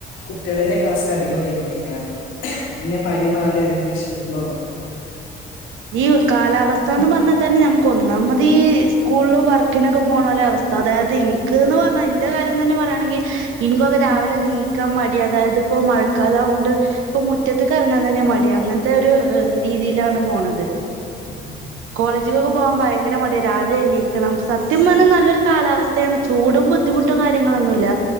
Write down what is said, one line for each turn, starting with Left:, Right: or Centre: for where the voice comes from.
Left: കുട്ടികളെന്നെ ക്ലാസ് ല് അധികം വരുന്നില്ല യാ പിന്നെ പനി മാറി അതിന്റെ ശീനോ
Right: ഈവ് കാലാവസ്ഥന്ന് പറഞ്ഞാ തന്നെ നമുക്ക് ഒന്നാമതീ സ്കൂൾല് വർക്കിനൊക്കെ പോണോലെ അവസ് അതായത് ഇന്ക്ക്ന്ന് വർഞ്ഞ ന്റെ കാര്യം തന്നെ പറയാൻ ഇൻക്കൊക്കെ രാവിലെ നീ ക്ക മടിയാ അതായത് ഇപ്പോ മഴക്കാല ആവോണ്ട് ഇപ്പൊ മുറ്റത്തക്ക്റങ്ങാൻ തന്നെ മടി അങ്ങനത്തെ ഒരു ഏഹ് രീതിയിലാണ് പോണത്
Left: ഉം
Right: കോളേജിലൊക്കെ പോകാൻ ഭയങ്കര മടിയ രാവിലെ എണീക്കണം സത്യം പറഞ്ഞാൽ നല്ലൊരു കാലാവസ്ഥയാണ് ചൂടും ബുദ്ധിമുട്ടും കാര്യങ്ങളൊന്നുല്ല